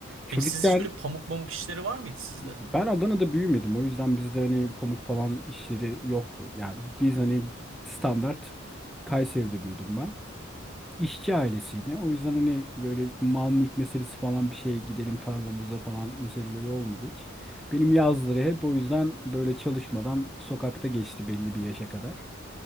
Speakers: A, in the centre; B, on the right.
A: Çocukken
B: Peki siz hiç böyle pamuk pamuk işleri var mıydı sizde?
A: ben Adana'da büyümedim. O yüzden bizde hani pamuk falan işleri yoktu. Yani biz hani standart Kayseri'de büyüdüm ben. işçi ailesiydi. O yüzden hani böyle mal mülk meselesi falan bir şey gidelim tarlamıza falan meseleleri olmadı hiç. Benim yazları hep o yüzden böyle çalışmadan sokakta geçti belli bir yaşa kadar.